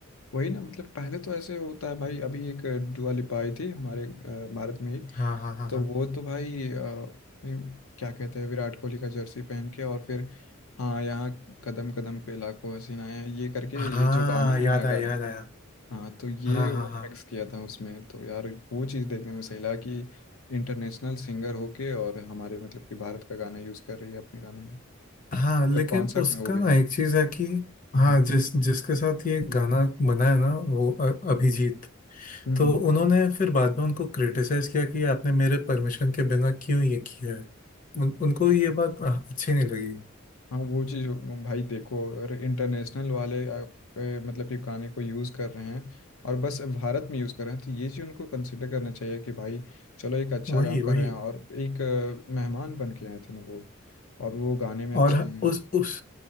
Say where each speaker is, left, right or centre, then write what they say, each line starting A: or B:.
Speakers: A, on the left; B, on the left.
A: वही ना मतलब पहले तो ऐसे होता है भाई अभी एक दुआ लिपाई थी हमारे अ, भारत में ही
B: हाँ हाँ हाँ
A: तो
B: हाँ
A: वो तो भाई अ, ये क्या कहते हैं विराट कोहली का जर्सी पहन के और फिर हाँ यहाँ कदम कदम पे लाखों हसीनाएं ये करके
B: हाँ
A: ये जो गाना है
B: याद
A: ना गाने
B: आया याद आया
A: हाँ तो ये
B: हाँ
A: वो
B: हाँ हाँ
A: मिक्स किया था उसमें तो यार वो चीज़ देखने में सही लगा कि इंटरनेशनल सिंगर होके और हमारे मतलब कि भारत का गाना यूज़ कर रही है अपने गाने में
B: हाँ लेकिन
A: कॉन्सर्ट
B: उसका
A: में वो भी
B: ना एक चीज है कि
A: हाँ
B: हाँ
A: हाँ
B: जिस जिसके साथ ये गाना बना है ना वो अ- अभिजीत
A: हम्म
B: तो
A: हम्म।
B: उन्होंने फिर बाद में उनको क्रिटिसाइज किया कि आपने मेरे परमिशन के बिना क्यों ये किया है उन, उनको ये बात आ, अच्छी नहीं लगी
A: हाँ वो चीज़ हो- भाई देखो अगर इंटरनेशनल वाले आपके मतलब कि गाने को यूज़ कर रहे हैं और बस भारत में यूज़ कर रहे हैं तो ये चीज़ उनको कंसिडर करना चाहिए कि भाई चलो एक अच्छा
B: वही
A: काम कर
B: वही
A: रहे हैं और एक अ, मेहमान बन के आए थे ना वो और वो गाने में अच्छे
B: और
A: हैं
B: उस उस